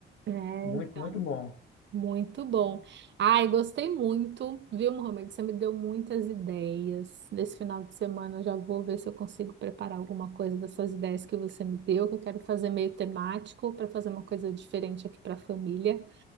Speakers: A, on the right; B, on the left.
A: É, então.
B: Muito, muito bom.
A: Muito bom. Ai, gostei muito, viu, Mohamed? Você me deu muitas ideias. Nesse final de semana eu já vou ver se eu consigo preparar alguma coisa dessas ideias que você me deu, que eu quero fazer meio temático para fazer uma coisa diferente aqui para a família.